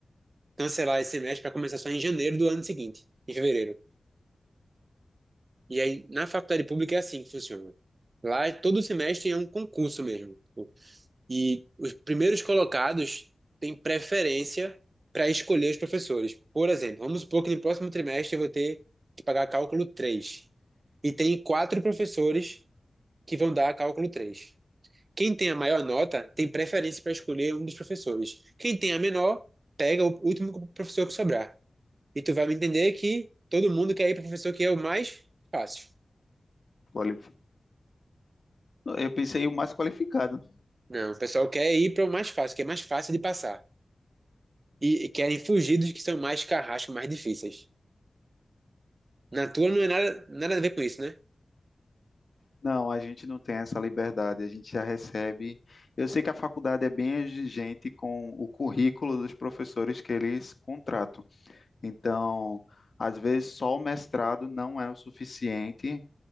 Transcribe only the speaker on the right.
cancelar esse semestre para começar só em janeiro do ano seguinte, em fevereiro. E aí na faculdade pública é assim que funciona. Lá todo semestre é um concurso mesmo. E os primeiros colocados têm preferência para escolher os professores. Por exemplo, vamos supor que no próximo trimestre eu vou ter que pagar cálculo 3, E tem quatro professores que vão dar cálculo 3. Quem tem a maior nota tem preferência para escolher um dos professores. Quem tem a menor, pega o último professor que sobrar. E tu vai me entender que todo mundo quer ir para o professor que é o mais fácil.
Não, o pessoal quer ir para o mais fácil, que é mais fácil de passar. E, e querem fugir dos que são mais carrascos, mais difíceis. Na tua não é nada, nada a ver com isso, né?